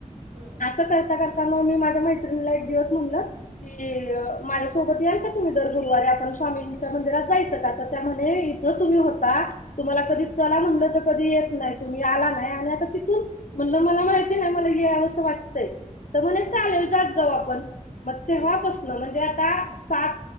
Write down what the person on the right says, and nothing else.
हम
हम्म
हम्म.
हम्म